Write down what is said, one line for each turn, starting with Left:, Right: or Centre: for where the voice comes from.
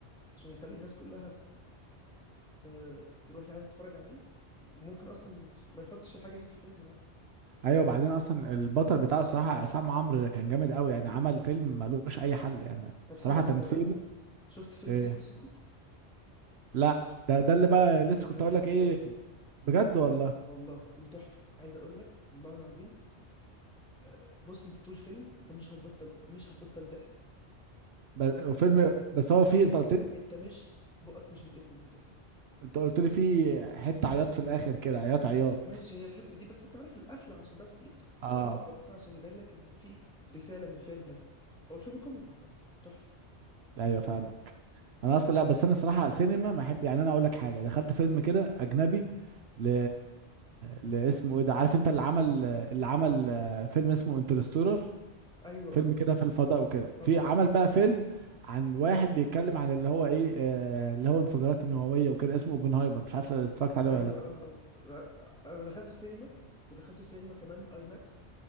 Centre: عشان يخلي الناس كلها آه، تروح يعني تتفرج عليه وممكن اصلا ما يحطش الحاجه دي في الفيلم عادي
Right: ايوه وبعدين اصلا البطل بتاعه الصراحه عصام عمرو كان جامد قوي يعني عمل فيلم ملوش اي حل يعني
Centre: طب
Right: الصراحه
Centre: سيبك
Right: تمثيل
Centre: من ده بقى شفت فيلم
Right: إيه
Centre: سيكو سيكو
Right: لا ده ده اللي بقى لسه كنت
Centre: انا دخلته
Right: اقول لك ايه
Centre: سينما
Right: بجد والله
Centre: والله وتحفه عايز اقول لك والله العظيم أه، بص انت طول فيلم انت مش هتبطل مش هتبطل ضحك
Right: ب-
Centre: انا
Right: وفيلم بس هو
Centre: اكاد
Right: فيه انت
Centre: اجزم
Right: قلت لي
Centre: انت مش بقك مش هيتقفل من الضحك
Right: انت قلت لي فيه حته عياط في الاخر كده عياط عياط
Centre: ماشي هي الحته دي بس انت عارف القفله عشان بس
Right: اه
Centre: وهقول لك هو بس عشان يبين لك ان في رساله من الفيلم بس هو الفيلم كوميدي بس تحفه
Right: ايوه فاهمك انا اصلا لا بس انا صراحه سينما ما احب يعني انا اقول لك حاجه دخلت فيلم كده اجنبي ل... لاسمه ايه ده عارف انت اللي عمل اللي عمل آه، فيلم اسمه انترستولر
Centre: ايوه
Right: فيلم
Centre: اه
Right: كده في الفضاء وكده
Centre: طبعا
Right: في عمل
Centre: عارف
Right: بقى فيلم عن واحد بيتكلم عن اللي هو ايه آه، اللي هو انفجارات النووية وكده اسمه اوبنهايمر مش عارف اتفرجت عليه ولا
Centre: ايوه
Right: لا
Centre: اه اه ف- آه، انا دخلته سينما ودخلته سينما كمان اي ماكس